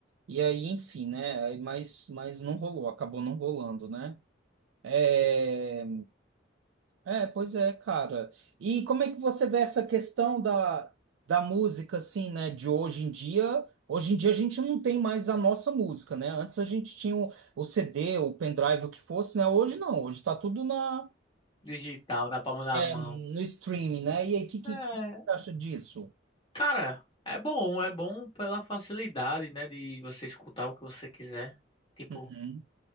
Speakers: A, on the right (about 75°); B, on the left (about 25°).
A: E aí, enfim, né? Aí, Mas, mas não rolou, acabou não rolando, né? É... É, pois é, cara. E como é que você vê essa questão da, da música, assim, né? De hoje em dia. Hoje em dia a gente não tem mais a nossa música, né? Antes a gente tinha o, o CD, o pendrive, o que fosse, né? Hoje não, hoje está tudo na,
B: Digital, na palma da
A: no
B: mão.
A: streaming, né? E aí, o que, que
B: É,
A: você acha disso?
B: cara, é bom, é bom pela facilidade, né? De você escutar o que você quiser. Tipo,
A: Uhum.